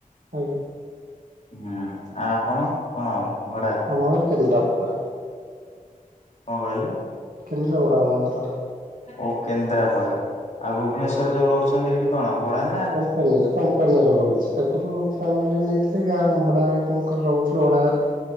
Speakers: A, on the right; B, on the left.
A: ଆଜ୍ଞା।
B: ହୁଁ ଆଉ ଆପଣ କଣ ଭଡା?
A: ଆମ ଘରେ କେନ୍ଦ୍ରାପଡା।
B: କଣ କହିଲେ?
A: କେନ୍ଦ୍ରାବଡ଼ା ଆମ ଘର।
B: ଓ କେନ୍ଦ୍ରାପଡା ଆଉ ଭୁବନେଶ୍ୱରରେ ଯୋଉ ରହୁଛନ୍ତି ଏଇଠି କଣ ଭଡାନା
A: କମ୍ପନୀ ଏଟା କମ ପାନିଆରେ ରହୁଛି ଆଗରୁ ଫ୍ୟାମିଲି ନେଇଥିଲି ଗାଁରେ ଭଡ଼ା <unintelligible> କରି ରହୁଥିଲୁ ଭଡ଼ା ଘରେ।